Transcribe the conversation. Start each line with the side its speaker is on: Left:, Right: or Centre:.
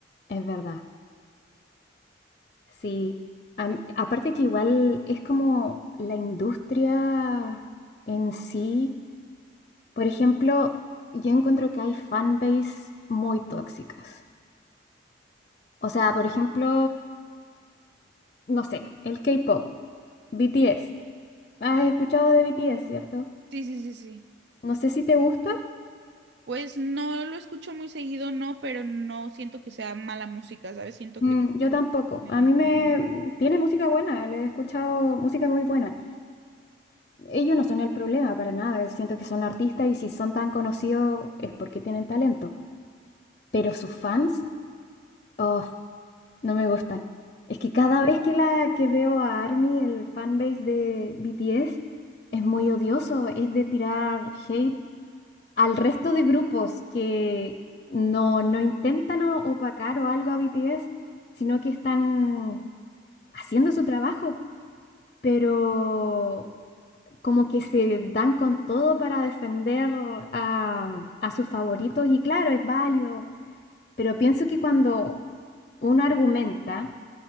Left: es verdad, sí. Am- aparte que igual es como la industria en sí. Por ejemplo, yo encuentro que hay fanbase muy tóxicas. O sea, por ejemplo, no sé, el K-pop, BTS. Has escuchado de BTS, ¿cierto?
Right: Sí, sí, sí, sí.
Left: No sé si te gusta.
Right: Pues no lo escucho muy seguido, no, pero no siento que sea mala música, ¿sabes? Siento
Left: Mm,
Right: que...
Left: yo tampoco.
Right: tiene-
Left: A mí me... Tiene música buena, le he escuchado música muy buena. Ellos no son el problema para nada. Siento que son artistas y si son tan conocidos es porque tienen talento. Pero sus fans, oh, No me gustan. Es que cada vez que la que veo a ARMY, el fanbase de BTS, es muy odioso, es de tirar hate al resto de grupos que no, no intentan o- opacar o algo a BTS, sino que están haciendo su trabajo, pero como que se dan con todo para defender a, a sus favoritos y claro, es válido, pero pienso que cuando uno argumenta,